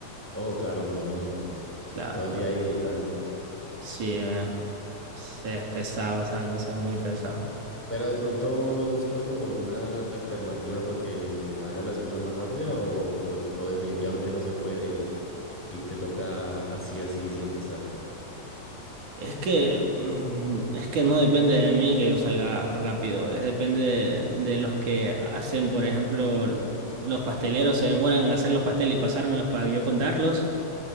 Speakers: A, in the centre; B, on the right.
A: Oh, claro, me imagino.
B: Claro,
A: Todo el
B: bro.
A: día ahí digitando.
B: Sí, eh, es pesado, esa cosa es muy pesado.
A: Pero de pronto no has buscado como alguna alternativa para que haga las cosas más rápida o, o, o definitivamente no se puede y, y te toca así, así siempre estar.
B: Es que, mm, es que no depende de mí que yo salga rápido, es depende de, de los que hacen, por ejemplo, los pasteleros se demoran en hacer los pasteles y pasármelos para yo contarlos,